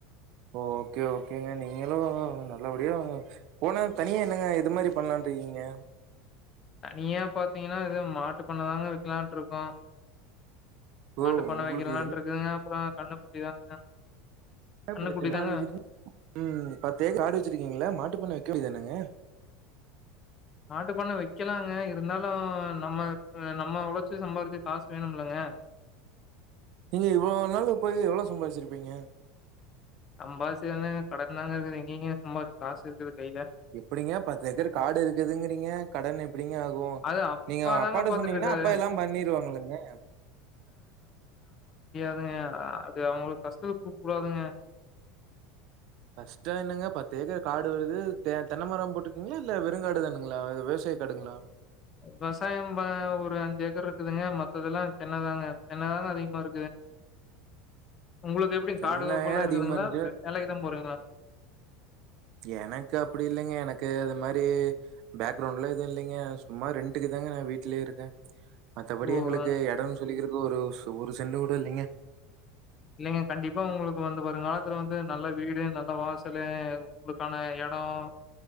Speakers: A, on the right; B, on the left.
A: ஓகே ஓகேங்க நீங்களு நல்லபடியா போன தனியா என்னங்க எது மாரி பண்ணலானு இருக்கீங்க
B: தனியா பாத்தீங்கன்னா இது மாட்டு பண்ண தாங்க வெக்கலான்னுட்டு இருக்கோ
A: ஓ
B: மாட்டு பண்ண
A: உங்களுக்கு
B: வெக்கலலான்டு இருக்கோங்க அப்றோ கண்ணுக்குட்டி தாங்க
A: உம்
B: கன்னுக்குட்டி தாங்க
A: பத்து ஏக்கர் காடு வெச்சிருக்கீங்கள்ல மாட்டுப்பண்ண வெக்கவேண்டிதானுங்க
B: மாட்டு பண்ண வெக்கலாங்க இருந்தாலு நம்ம நம்ம உழைச்சு சம்பாரிச்ச காசு வேணும்லங்க
A: நீங்க இவ்வளோ நாள் போய் எவ்ளோ சம்பாரிச்சிருப்பீங்க
B: சம்பாச்சி எங்கெங்க கடன்தாங்க இருக்குது எங்கெங்க சம்பாதிச்சு காசு இருக்குது கையில
A: எப்டிங்க பத்து ஏக்கர் காடு இருக்குதுங்கிறீங்க கடன் எ எப்டிங்க ஆகு
B: அது அப்பா
A: நீங்க
B: தாங்க
A: அப்பாட்ட
B: பாத்துட்டுருக்காரு.
A: சொன்னீங்கன்னா அப்பா எல்லாம் பண்ணிருவாங்க இல்லங்க
B: ல்லங்க அது அவுங்களுக்கு கஷ்டத்த குடுக்க கூடாதுங்க
A: கஷ்டோ என்னங்க பத்து ஏக்கர் காடு வருது தெ தென்னை மரோ போட்டிருக்கிங்களா இல்ல வெறுங்காடு தானுங்களா இ விவசாய காடுங்களா
B: விவசாயம் ஒரு அஞ்சு ஏக்கர் இருக்குதுங்க மத்ததெல்லாம் தென்னதாங்க தென்னதாங்க அதிகமா இருக்குது உங்களுக்கு எப்டிங்க
A: தென்னையே
B: காடு தோப்புல்ல இருக்குதுங்களா
A: அதிகமா இருந்துச்சு
B: வேலைக்கிதா போறீங்களா
A: எனக்கு அப்டி இல்லைங்க எனக்கு அது மாரி பேக்ரவுண்ட்லா எதுவும் இல்லைங்க சும்மா ரெண்ட்டுக்கு தாங்க நா வீட்டுலயே இருக்கே மத்தபடி
B: ஓ!
A: எங்களுக்கு
B: ஆ.
A: இடம் சொல்லிக்கிறதுக் ஒரு ஒரு சென்டு கூட இல்லைங்க
B: இல்லைங்க கண்டிப்பா உங்களுக்கு வந்து வருங்காலத்துல வந்து நல்ல வீடு நல்ல வாசலு உங்களுக்கான இடம்